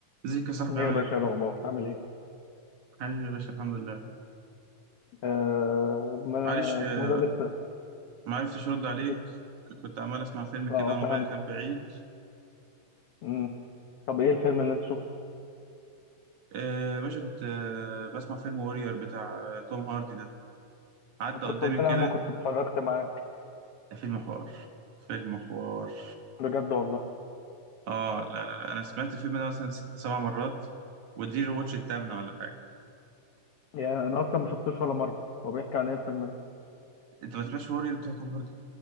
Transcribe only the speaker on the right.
ازيك يا صاحبي
عامل
ايه؟
حبيبي يا باشا الحمد لله
معلش آه،
ما عرفتش ارد عليك
كنت عمال اسمع فيلم كده
وانا
موبايلي كان بعيد
آه، يا باشا كنت آه، بسمع فيلم وورير بتاع آه، توم هاردي ده عدى
قدامي
كده
ده فيلم حوار فيلم حوار
اه لا لا لا انا سمعت الفيلم ده مثلا ست سبع مرات ودي الواتش التامنة ولا حاجة
انت ما سمعتش وورير بتاع توم هاردي